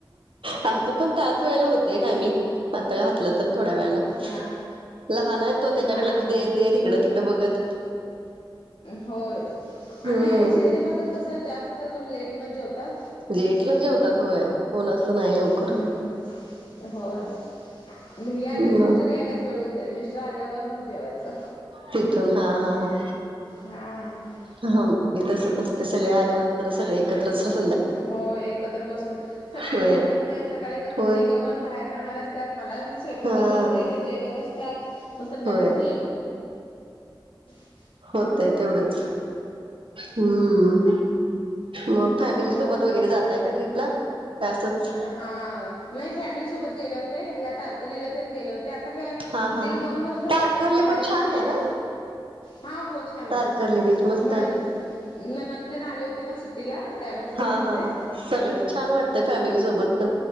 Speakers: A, on the right; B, on the left.
A: आमचं पण त्याच वेळेला होतय टायमिंग आता घातलं तर थोड्या वेानं
B: हा
A: लहान आहेत तो त्याच्याकडे
B: हा
A: लक्ष
B: हा.
A: देत देत तिकडं तिकडं बघत
B: होय आणि
A: हम्म
B: नाही शहरी भागात कसं जास्त जा कर लेट न जेवतात
A: म्हणजेटलं जेवतात होय कोण असं नाही लवकर
B: हम्म होय म यायलाच
A: मग
B: मिस्टरी यायलाच वेळ हो ते मिस्टर आल्यावर मग जेवायचं
A: तिथून हा हा हा
B: हा
A: हा मी तसच असते सगळे आल्यानंतर सगळे एकत्रच रते
B: हो एकत्र बसून सकाळी
A: होय
B: काय होत नाही सकाळी कस
A: होय
B: तीघ पण बाहेर जाणार मला म स्वय करत
A: हा
B: असते ते जेवत असतात म संध्याकाळ
A: होय
B: <inaudible>
A: होतय तेवढंच हम्म. मग फॅमिली सोबत
B: मग
A: वगैरे जातय का ट्र्रीपला काय असंच.
B: हा हा नाही फॅमिली सोबत गेले होते तार कलीला गेल होते आता हे
A: हा हा
B: दीड
A: हा
B: दोन वर्ष झालं
A: तारकर्ली
B: असं कुठे बाहेरच
A: पण छान
B: नाहील.
A: आहे ना
B: हां हो छान
A: तारकर्ली
B: आहे
A: बीच मस्त
B: मग
A: आहे
B: ननंद तेन आले होते ना सुट्टीला त्यावेळेस गेले
A: हा
B: होते.
A: हा हा सगळे छान वाटत फॅमिली सोबत पण